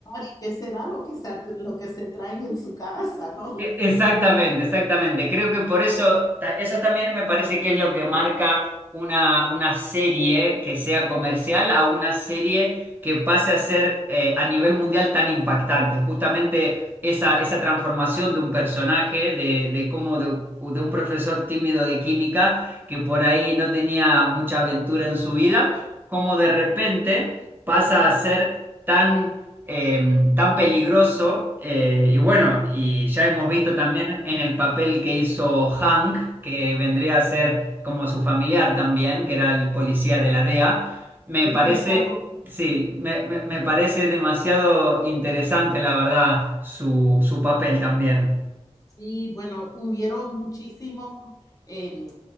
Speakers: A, on the left; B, on the right.
A: y qué será lo que se, lo que se traen en su casa, ¿no?
B: E- Exactamente, exactamente. Creo que por eso, ta- eso también me parece que es lo que marca una, una serie que sea comercial a una serie que pase a ser eh, a nivel mundial tan impactante. Justamente esa, esa transformación de un personaje, de, de cómo de, de un profesor tímido de química que por ahí no tenía mucha aventura en su vida, como de repente pasa a ser tan eh, tan peligroso. eh, y bueno, y ya hemos visto también en el papel que hizo Hank, que vendría a ser como su familiar también, que era el policía de la DEA. Me
A: El
B: parece,
A: cuñado.
B: sí, me, me- me parece demasiado interesante, la verdad, su, su papel también.
A: Sí, bueno, hubieron muchísimos eh,